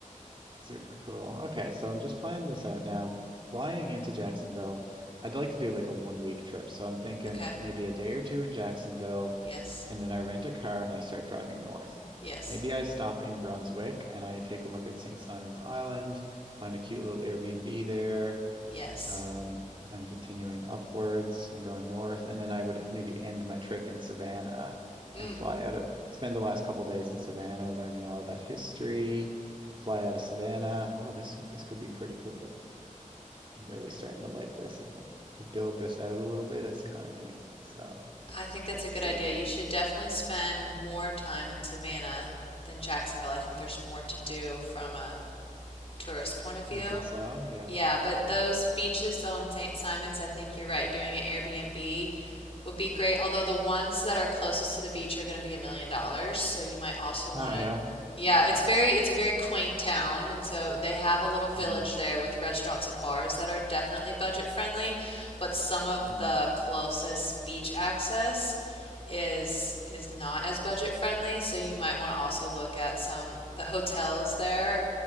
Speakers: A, on the right (about 40°); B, on the left (about 45°).
A: Super cool. Okay, so I'm just planning this out now. Flying into Jacksonville, I'd like to do like a one week trip. So I'm thinking
B: Okay.
A: maybe a day or two in Jacksonville,
B: Yes.
A: and then I rent a car and I start driving north.
B: Yes.
A: Maybe I stop in Brunswick and I take a look at St. Simon's Island, find a cute little Airbnb there
B: Yes.
A: um, am continuing upwards and going north. And then I would maybe end my trip in Savannah
B: Mm.
A: and fly out of, spend the last couple days in Savannah learning all about history, fly out of Savannah. Oh, this this could be pretty cool. I'm really starting to like this. It's not, to build this out a little bit is kind of neat. So
B: I think that's
A: let's
B: a good
A: see.
B: idea. You should definitely spend more time in Savannah than Jacksonville. I think there's more to do from a tourist point of view.
A: You think so? Yeah.
B: Yeah, but those
A: Okay.
B: beaches on St. Simon's, I think you're right. Doing an Airbnb would be great. Although the ones that are closest to the beach are going to be a million dollars, so you might also want
A: Oh
B: to.
A: yeah.
B: Yeah, it's very it's a very quaint town, and so they have a little village
A: Mm,
B: there with restaurants and bars that are definitely budget friendly, but some of
A: mm,
B: the closest beach access is is not as budget friendly, so you might want to also look at some the hotels there